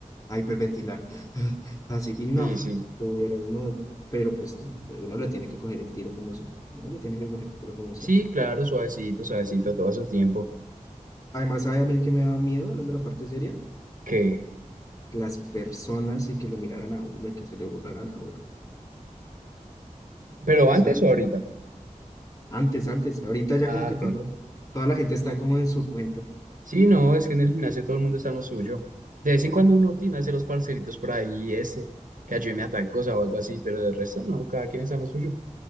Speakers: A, on the left; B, on the right.
A: a hiperventilar. <gasps> <sighs> Así, y no,
B: sí, sí.
A: lo hubieras, no, pero pues no, uno le tiene que coger el tiro como sea, uno le tiene que coger el tiro como sea.
B: Sí, claro, suavecito, suavecito, todo a su tiempo.
A: Además, ¿sabe a mí que me da miedo, hablando de la parte seria?
B: ¿Qué?
A: Que las personas y que lo miraran a uno y que se le burlaran a uno. O
B: ¿Pero antes
A: sea,
B: o ahorita?
A: antes, antes, ahorita ya
B: Ah,
A: como que toda
B: ¿qué?
A: la, toda la gente está como en su cuento.
B: Sí, no, es que en el gimnasio todo el mundo está en lo suyo. De vez en cuando uno tiene hace los parceritos por ahí y eso, que ayúdeme a tal cosa o algo así, pero del resto no, cada quien está en lo suyo.